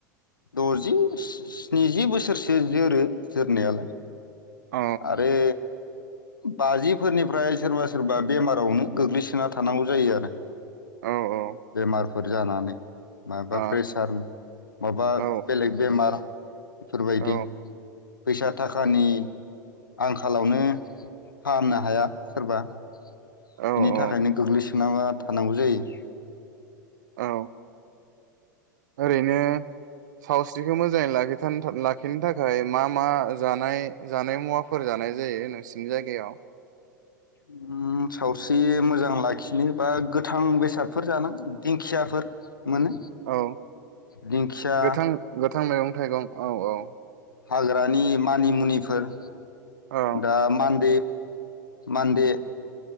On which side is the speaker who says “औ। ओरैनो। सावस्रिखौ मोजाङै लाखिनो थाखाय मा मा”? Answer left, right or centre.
Right